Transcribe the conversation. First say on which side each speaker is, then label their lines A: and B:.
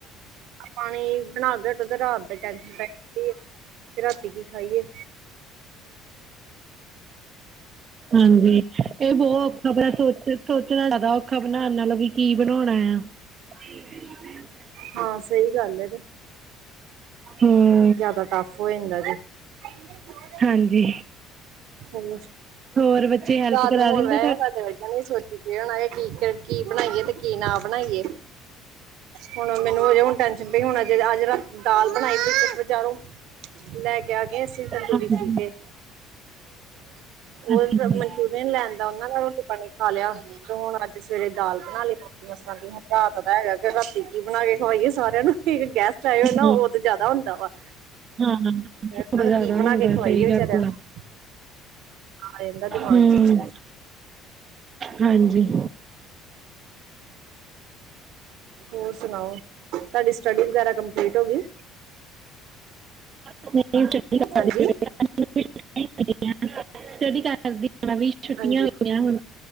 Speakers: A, on the right (about 70°); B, on the right (about 40°).
A: ਪਾਣੀ ਬਣਾ ਕੇ ਤੇ ਰਾਤ ਦਾ ਟ ਪੈ ਰਾਤੀ ਕੀ ਖਾਈਏ।
B: ਹਾਂਜੀ ਤੇ ਉਹ। ਆਪ ਆਪਣਾ ਸੋਚ ਸੋਚਣਾ ਜਿਆਦਾ ਔਖਾ ਬਣਾਉਣ ਨਾਲੋਂ ਵੀ ਕੀ ਬਣਾਉਣਾ ਆ। <unintelligible>
A: ਹਾਂ ਸਹੀ ਗੱਲ ਹੈ ਤੇ।
B: ਹਮ।
A: ਜਿਆਦਾ ਟੱਫ ਹੋ ਜਾਂਦਾ ਦੇ। <unintelligible>
B: ਹਾਂਜੀ।
A: ਹ
B: ਹੋਰ ਬੱਚੇ ਹੈਲਪ
A: ਰਾਤ
B: ਕਰਾ
A: ਨੂੰ ਹੋਣ
B: ਦਿੰਦੇ
A: ਬਹਿ
B: ਤੁਹਾਡੀ
A: ਸਾਡੇ ਵਗੇ। ਉਹ ਨੇ ਸੋਚੀ ਹੋਣਾ ਕੀ- ਕੀ ਬਣਾਈਏ ਤੇ ਕੀ ਨਾ ਬਣਾਈਏ। ਹੁਣ ਮੈਨੂੰ ਹੁਣ ਟੈਸ਼ਨ ਪਈ ਹੁਣ ਅੱਜ ਦਾਲ ਬਣਾਈ ਗਈ ਵਿਚਾਰੋਂ। ਲੈ ਕੇ ਆ ਗਏ ਅਸੀਂ ਤੰਦੂਰੀ
B: ਹਾਂਜੀ
A: ਠੀਕ ਹੈ। ਚੇ
B: ਅੱਛਾ ਜੀ
A: ਨ ਲੈਣਦਾ ਉਹਨਾਂ ਦਾ ਰੋਟੀ ਪਾਣੀ ਖਾ ਲਿਆ ਤੇ ਹੁਣ ਅੱਜ ਸਵੇਰੇ ਦਾਲ ਬਣਾ ਲਿਆ। ਮਸਾਂ ਹੁਣ ਰਾਤ ਤਾਂ ਹੈਗਾ ਕਿ ਰਾਤੀ ਕੀ ਬਣਾ ਕੇ ਖਵਾਈਏ ਸਾਰਿਆਂ ਨੂੰ ਇੱਕ ਗੈਸਟ। ਚਾਹੇ ਉਹ
B: ਹੂੰ,
A: ਨਾ ਉਹ ਤਾਂ ਜ਼ਿਆਦਾ ਹੁੰਦਾ ਵਾ।
B: ਹਾਂ
A: ਉਹਨਾਂ ਨੂੰ
B: ਜ਼ਿਆਦਾ
A: ਕੀ ਬਣਾ
B: ਹੁੰਦਾ
A: ਕੇ ਖਵਾਈਏ
B: ਸਹੀ
A: ਵਿਚਾਰਿਆਂ
B: ਗੱਲ ਆ।
A: ਨੂੰ ਆ ਜਾਂਦਾ ਦਿਮਾਗ
B: ਹਮ
A: ਚ
B: ਹਾਂਜੀ।
A: ਹੋਰ ਸੁਣਾਓ ਤੁਹਾਡੀ ਸਟਡੀ ਵਗੈਰਾ ਕੰਪਲੀਟ ਹੋ ਗਈ।
B: ੰ <unintelligible>
A: ਹਾਂਜੀ
B: ਸਟਡੀ ਕਰਦੀ ਵੀ ਛੁੱਟੀਆਂ
A: ਹਾਂਜੀ
B: ਹੋਈਆਂ ਹੁਣ